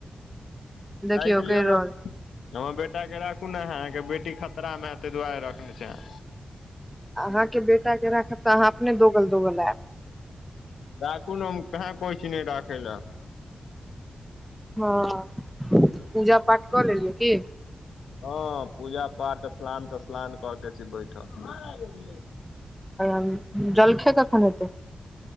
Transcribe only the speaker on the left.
ताइक लिय
न। हमर बेटा के राखू न आहा, अहाँ के बेटी खतरा मे हे। तै दुआरे रखने छी अहाँ।
राखू न हम कहां कहै छी नै राखै ले।
हँ पूजा पाठ स्लान - तस्लान क के छी बैठल।